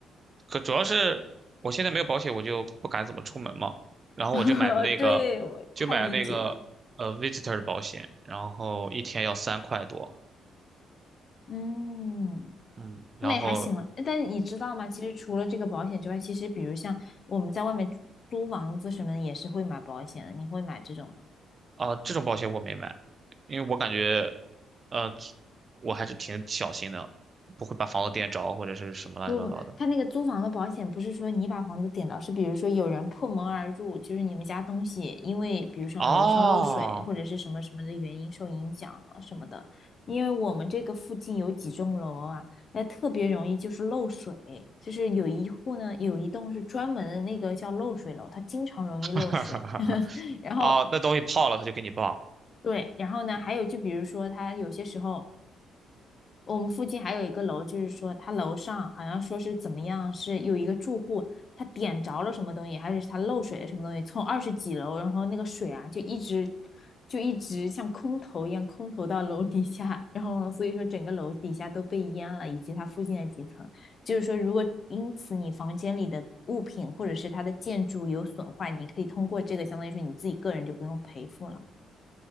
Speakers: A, on the right (about 40°); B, on the left (about 45°).
A: 可主要是我现在没有保险，我就不敢怎么出门嘛。然后我就买的那个，
B: <laughs> 对，我太理解了。
A: 就买了那个呃 visitor 的保险，然后一天要三块多。
B: 嗯，
A: 嗯，然后
B: 那也还行了。但是你知道吗？其实除了这个保险之外，其实比如像我们在外面租房子什么的，也是会买保险的。你会买这种吗？
A: 啊、这种保险我没买，因为我感觉呃我还是挺小心的，不会把房子电着或者是什么乱七八糟的。
B: 不不，不，他那个租房的保险不是说你把房子点到，是比如说有人破门而入，就是你们家东西因为比如说楼上漏水或者是什么什么的原因受影响了什么的。
A: 哦
B: 因为我们这个附近有几栋楼啊，那特别容易就是漏水，就是有一户呢，有一栋是专门的那个叫漏水楼，它经常容易漏水。
A: <laughs>
B: <laughs> 然后
A: 哦，那东西泡了他就给你报，
B: 对，然后呢，还有就比如说它有些时候。我们附近还有一个楼，就是说他楼上好像说是怎么样，是有一个住户他点着了什么东西，还是他漏水了什么东西，从二十几楼，然后那个水啊就一直就一直像空投一样空投到楼底下，然后呢所以说整个楼底下都被淹了，以及它附近的几层。就是说，如果因此你房间里的物品或者是它的建筑有损坏，你可以通过这个相当于说你自己个人就不用赔付了。